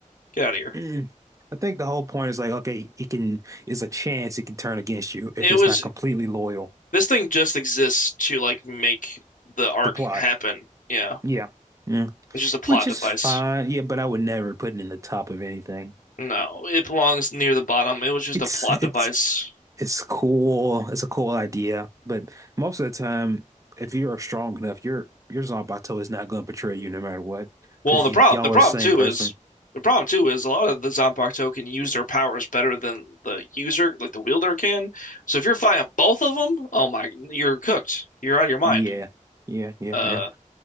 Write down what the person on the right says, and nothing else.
Mhm. I think the whole point is like, okay, it can, it's a chance it can turn against you if
it's
not completely loyal
to plot.
Yeah. Yeah.
Which is
fine. Yeah, but I would never put it in the top of anything.
It's,
it's,
it's cool. It's a cool idea. But most of the time, if you're strong enough, your, your Zanpakuto is not going to betray you no matter what,
because
y'all
are the same
person.
Yeah, yeah, yeah,
yeah.